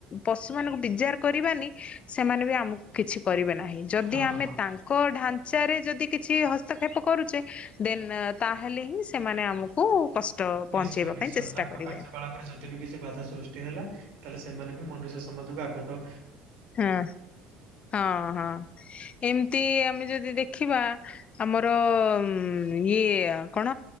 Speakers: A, on the left; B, on the right.
A: ପଶୁମାନଙ୍କୁ ବିଜାର କରିବାନି ସେମାନେ ବି ଆମକୁ କିଛି କରିବେନି। ନାଇ ଯଦି
B: ହଁ
A: ଆମେ
B: ହଁ।
A: ତାଙ୍କ ଢା ଚାରେ ଯଦି କିଛି ହସ୍ତକ୍ଷେପ କରୁଛେ ଦେନ୍ ତାହେଲେ ହିଁ ସେମାନେ ଆମକୁ କଷ୍ଟ
B: ନିଶ୍ଚୟ
A: ପହଞ୍ଚେଇବା
B: ନିଶ୍ଚୟ,
A: ପାଇଁ ଚେଷ୍ଟା
B: ତାଙ୍କ
A: କରିବେ
B: କାର୍ଯ୍ୟକଳାପରେ ଯଦି ବିି କିଛି ବାଧା ସୃଷ୍ଟି ହେଲା ତାହେଲେ ସେମାନେ ବି ମନୁଷ୍ୟ ସମାଜକୁ ଆଘତ
A: ହଁ ହଁ ହଁ। ଏମିତି ଆମେ ଯଦି ଦେଖିବା ଆମର ମ-ମ ଇଏ କଣ